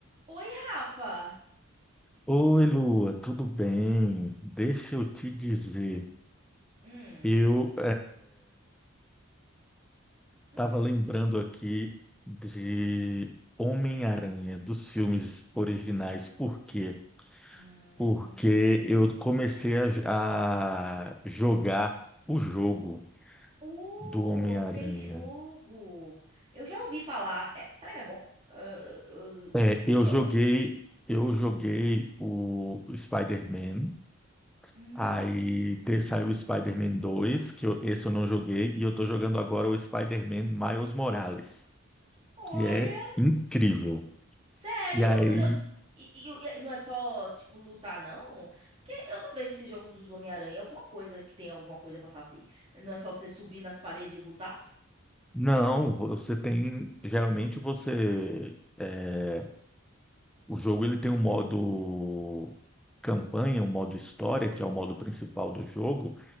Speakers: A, on the right; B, in the centre.
A: Oi, Rafa.
B: Oi, Lua, tudo bem? Deixa eu te dizer,
A: Hum,
B: eu estava
A: hum,
B: lembrando aqui de Homem-Aranha, dos filmes originais. Por quê?
A: hum.
B: Porque eu comecei a, a jogar o jogo
A: Uh,
B: do Homem-Aranha.
A: aquele jogo. Eu já ouvi falar. É, será que é bom? Ah, ah,
B: É, eu
A: ah,
B: joguei,
A: ah, ah.
B: eu joguei o Spider-Man.
A: hum,
B: Aí te- saiu o Spider-Man 2, que eu- esse eu não joguei, e eu tô jogando agora o Spider-Man Miles Morales,
A: olha,
B: que é incrível.
A: sério?
B: E aí,
A: Eu- E, e- e não é só, tipo, lutar, não? Porque eu não vejo esse jogo dos Homem-Aranha. Alguma coisa que tem alguma coisa pra fazer. Não é só você subir nas paredes e lutar?
B: não, você tem, geralmente você, é, o jogo ele tem um modo campanha, um modo história, que é o modo principal do jogo,